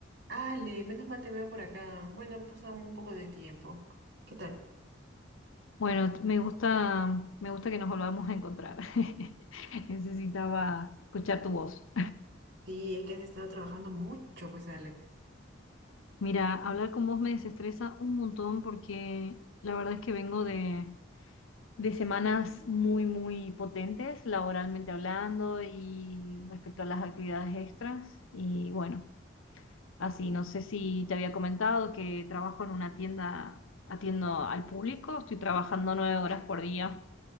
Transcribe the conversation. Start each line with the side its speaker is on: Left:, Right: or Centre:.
Right: Ale, menos mal te veo por acá. Bueno, ha pasado un poco de tiempo. ¿Qué tal?
Left: Bueno, me gusta, me gusta que nos volvamos a encontrar. <laughs> Necesitaba escuchar tu voz.
Right: Sí, es que has estado trabajando mucho, pues Ale.
Left: <laughs> Mira, hablar con vos me desestresa un montón porque la verdad es que vengo de, de semanas muy, muy potentes, laboralmente hablando y respecto a las actividades extras. Y bueno, así, no sé si te había comentado que trabajo en una tienda, atiendo al público, estoy trabajando nueve horas por día.